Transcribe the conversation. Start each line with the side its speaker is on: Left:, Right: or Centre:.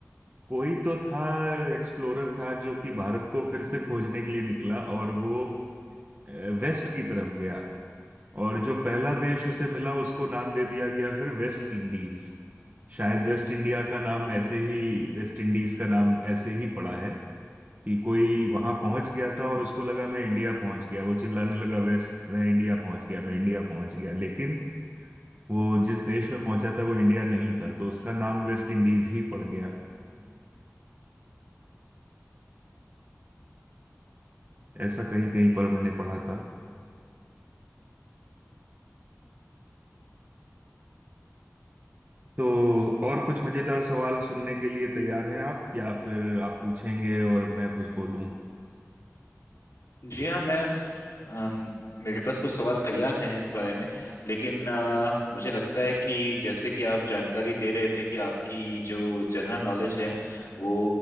Right: कोई तो था एक्सप्लोरर था जो कि भारत को फिर से खोजने के लिए निकला और वो अ, वेस्ट की तरफ गया और जो पहला देश उसे मिला उसको नाम दे दिया गया फिर वेस्ट इंडीज शायद वेस्ट इंडिया का नाम ऐसे ही वेस्ट इंडीज का नाम ऐसे ही पड़ा है कि कोई वहां पहुंच गया था और उसको लगा मैं इंडिया पहुंच गया वो चिल्लाने लगा वेस्ट मैं इंडिया पहुंच गया मैं इंडिया पहुंच गया लेकिन वो जिस देश में पहुंचा था वो इंडिया नहीं था तो उसका नाम वेस्ट इंडीज ही पड़ गया ऐसा कहीं कहीं पर मैंने पढ़ा था तो और कुछ मजेदार सवाल सुनने के लिए तैयार हैं आप या फिर आप पूछेंगे और मैं कुछ बोलूं
Left: जी हाँ मैं अम, मेरे पास कुछ सवाल तैयार हैं इस बारे में लेकिन अ, मुझे लगता है कि जैसे कि आप जानकारी दे रहे थे कि आपकी जो जनरल नॉलेज है वो